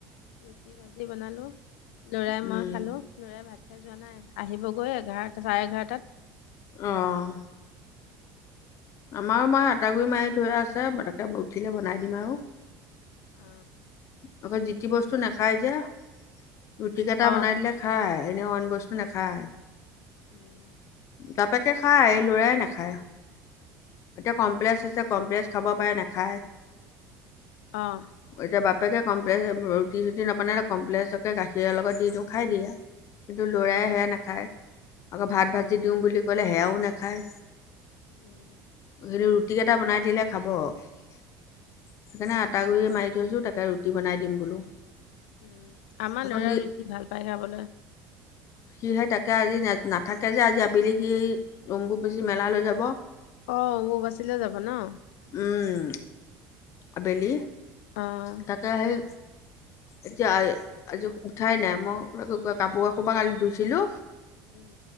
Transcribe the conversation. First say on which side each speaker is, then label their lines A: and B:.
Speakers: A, on the left (about 80°); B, on the left (about 55°).
A: ৰুটি ভাজি বনালো লৰাই
B: উম
A: মই খালো লৰাই ভাত এয়া যোৱা নাই আহিবগৈ এঘাৰটা চাৰে এঘাৰটাত
B: আহঁ আমাৰো মই আতাগুৰি মাৰি থৈ আছে তাকে উঠিলে বনাই দিম আৰু
A: অ
B: আকৌ যিতি বস্তু নাখায় যে ৰুটি কেইটা
A: অ
B: বনাই দিলে খাই এনেইও অন বস্তু নাখায়।
A: উম।
B: বাপেকে খায় এই লৰাই নাখায়। এতিয়া কমপ্লেক্স আছে কমপ্লেক্স খাব পাৰে নাখায়
A: অহ
B: এতিয়া বাপেকে কমপ্লেচ সেবোৰ ৰুটি চোটি নবনালে কমপ্লেচকে গাখীৰ লগত দি দিওঁ খাই দিয়ে কিন্তু
A: অ
B: ল'ৰাই সেয়া নাখায় আকৌ ভাত ভাজি দিওঁ বুলি ক'লে সেয়াও নাখায়
A: উম
B: কিন্তু ৰুটি কেইটা বনাই দিলে খাব সেইকাৰণে আটা গুৰি মাৰি থৈছো তাক তে ৰুটি বনাই দিম বোলো
A: উম আমাৰ
B: আকৌ
A: লৰাও
B: সি
A: ৰুটি ভাল পায় খাবলৈ
B: সিহে তাকে আজি ন নাথাকে যে আজি আবেলি সি অম্বুবাচী মেলা লৈ যাব
A: অঁ অম্বুবাচী লে যাব নহ
B: উম, আবেলি
A: অ
B: তাকে আহেই এতিয়া আজি উঠাই নাই মই কাপোৰ এখোপা কালি ধুইছিলো
A: উম